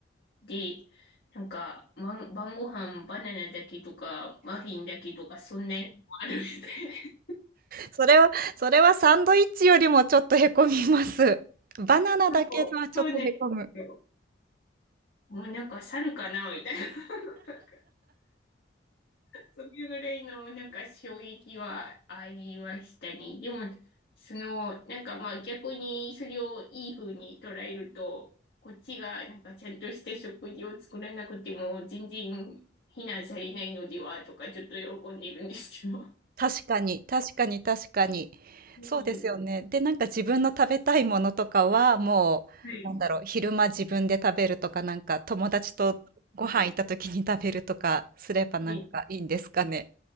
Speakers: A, on the left; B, on the right.
A: で、なんか、ま、晩ご飯バナナだけとか、マフィンだけとか、そんなにもあるみたいな
B: それはそれはサンドイッチよりもちょっとへこみます。バナナだけではちょっとへこむ。
A: <laughs> そう、そうなんですよもうなんか猿かなみたいな。<laughs> なんかそれぐらいのなんか衝撃はありましたね。でも、その、なんかまあ逆にそれをいい風に捉えると、こっちがなんかちゃんとした食事を作らなくても全然非難されないのではとかちょっと喜んでいるんですけど。
B: 確かに、確かに確かに。
A: <laughs>
B: そうですよね。
A: うん
B: で、なんか自分の食べたいものとかは、もう、
A: はい。
B: なんだろう、昼間自分で食べるとか、なんか友達とご飯行った時に食べるとかすればなんかいいんですかね。
A: ね